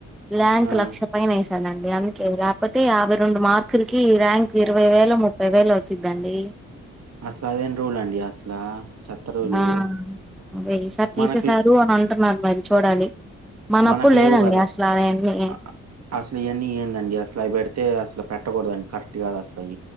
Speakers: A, in the centre; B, on the right (about 50°).
A: ల్యాంక్
B: ఆ!
A: లక్ష పైన స్ సనండి అందుకే లేకపోతే యాభై రెండు మార్కులకి ర్యాంక్ ఇరవై వేలు ముప్పై వేలు వచ్చిదండి
B: ఆ సదవెన్ రుల్ అండి అసలా చెత్త రూలు
A: ఆ అదే ఈసారి
B: మనకు
A: తీసేసారు
B: లే
A: అని అంటున్నారు మరి చూడాలి మనప్పుడు
B: మనకు లేవు
A: లేదండి
B: కదా
A: అసలు అయన్నీ
B: అ అసలు ఇయన్నీ ఏందండి అసలు అవి పెడితే అసలు పెట్టకూడదు అండి కరెక్ట్ కాదాసల